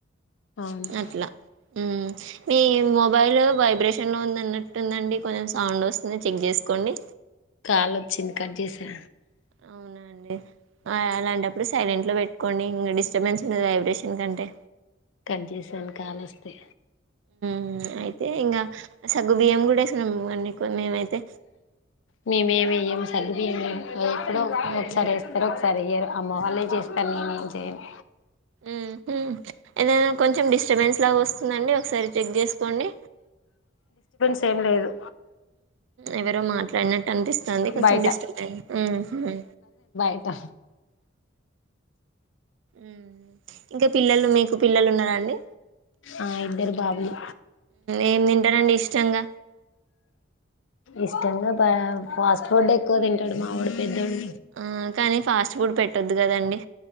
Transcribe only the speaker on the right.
అట్లా హ్మ్ మిమ్ మొబైల్ వైబ్రేషన్లో ఉందిన్నట్టుందండి కొంచెం సౌండ్ వస్తుంది చెక్ చేసుకోండి
అవునా అండి అలాంటప్పుడు సైలెంట్ లో పెట్టుకోండి ఇంకా డిస్ చేపచు కదా వై్రషన్ కంటే
హ్మ్ అయితే ఇంకా సగ్గు బియ్యం కూడా వేస్తున్నాం కొన్ని మేమైతే
మ్మ్
హ్మ హ్మ ఏదన్నా కొంచెం డిస్టర్బెన్స్ అట్లాగ వస్తుందండి ఒకసారి చెక్ చేసుకోండి
ఎవరో మాట్లాడినట్టు అనిపిస్తుంది కొంచెం
డిస్టర్బ్ హ్మ్ హ్మ
మ్మ్ ఇంకా పిల్లలు మీకు పిల్లలు ఉన్నారా అండి
ఏం తింటారండి ఇష్టంగా
ఆ కానీ ఫాస్ట్ ఫుడ్ పెట్టొద్దు కద అండి